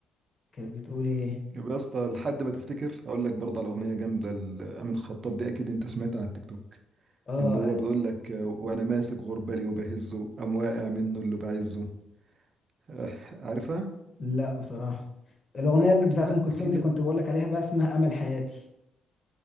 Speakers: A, on the left; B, on the right.
A: كانت بتقول ايه
B: يبقى يا اسطى لحد ما تفتكر هقول لك برضه على اغنيه جامده لامين خطاب دي اكيد انت سمعتها على التيك توك
A: اه
B: اللي هو بيقول لك آه، وانا ماسك غربالي وبهزه قام واقع منه اللي بعزه آه، عارفها
A: لا بصراحه الاغنيه اللي بتاعه
B: لا
A: ام كلثوم
B: اكيد
A: اللي
B: يا
A: كنت
B: اسطى
A: بقول لك عليها بقى اسمها امل حياتي